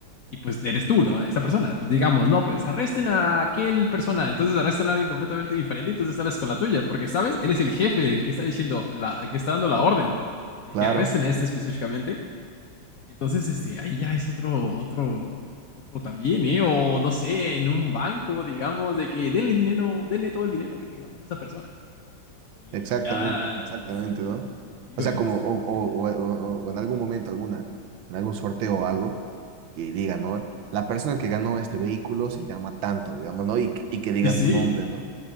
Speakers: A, on the left; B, on the right.
A: y pues eres tú, ¿no? Esa persona. Pues digamos, no, pues arresten a aquel persona. Entonces arrestan a alguien completamente diferente y tú te sales con la tuya, porque, ¿sabes? Él es el jefe, el que está diciendo, la, el que está dando la orden de
B: claro,
A: que arresten a este específicamente. Entonces, este, ahí ya es otro, otro, otro también, ¿eh? O no sé, en un banco, digamos, de que denle dinero, denle todo el dinero que tengamos a esa persona. Y
B: exactamente,
A: ya,
B: exactamente,
A: sí,
B: ¿no?
A: digo,
B: O sea,
A: es,
B: como
A: es
B: o,
A: muy
B: o,
A: buena.
B: o- o- o en algún momento alguna, en algún sorteo o algo, que diga, ¿no? La persona que ganó este vehículo se llama tanto, digamos, ¿no? Y, que- y que digan
A: Sí, sí,
B: tu nombre, ¿no?